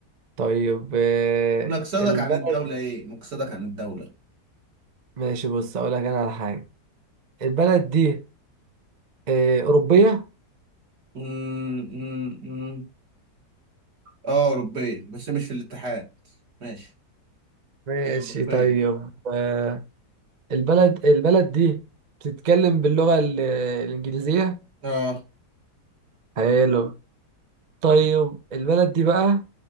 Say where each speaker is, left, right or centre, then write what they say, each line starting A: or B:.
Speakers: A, on the right; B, on the right.
A: طيب آه،
B: مقصدك
A: البلد
B: عن الدولة ايه مقصدك عن الدولة
A: ماشي بص اقول لك انا على حاجة البلد دي آه، أوروبية
B: مم، مم، مم. اه اوروبية بس مش في الاتحاد ماشي
A: ماشي
B: هي اوروبية
A: طيب آه، البلد البلد دي بتتكلم باللغة ال- الإنجليزية
B: اه
A: حلو طيب البلد دي بقى